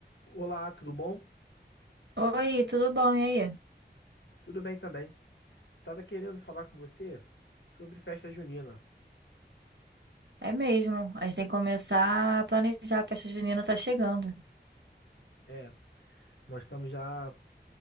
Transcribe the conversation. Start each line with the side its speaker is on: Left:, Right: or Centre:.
Left: Olá, tudo bom?
Right: Oi, tudo bom? E aí?
Left: Tudo bem também. Tava querendo falar com você sobre festa junina.
Right: É mesmo. A gente tem que começar a planejar. A festa junina tá chegando.
Left: É, nós estamos já